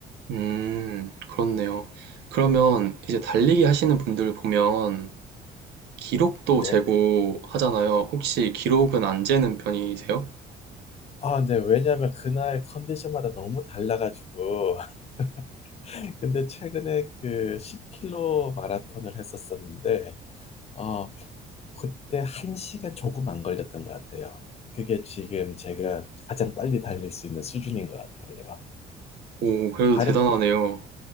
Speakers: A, on the right; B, on the left.
A: 음, 그렇네요. 그러면 이제 달리기 하시는 분들 보면 기록도
B: 네.
A: 재고 하잖아요. 혹시 기록은 안 재는 편이세요?
B: 아, 네. 왜냐하면 그날 컨디션마다 너무 달라가지고. <laughs> 근데 최근에 그 1 0킬로 마라톤을 했었었는데, 어, 그때 한시간 조금 안 걸렸던 것 같아요. 그게 지금 제가 가장 빨리 달릴 수 있는 수준인 것 같아요.
A: 오, 그래도
B: 다른,
A: 대단하네요.